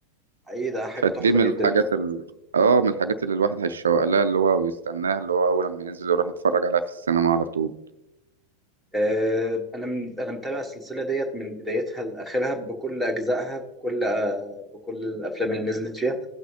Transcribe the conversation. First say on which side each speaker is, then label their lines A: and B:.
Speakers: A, in the centre; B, on the right.
A: ايه ده حاجة
B: فدي
A: تحفة
B: من
A: جدا
B: الحاجات ال... اه من الحاجات اللي الواحد هيشوق لها اللي هو ويستناها اللي هو أول ما ينزل يروح يتفرج عليها في السينما على طول
A: آه، أنا من أنا متابع السلسلة ديت من بدايتها لآخرها بكل أجزائها بكل آه، بكل الأفلام اللي نزلت فيها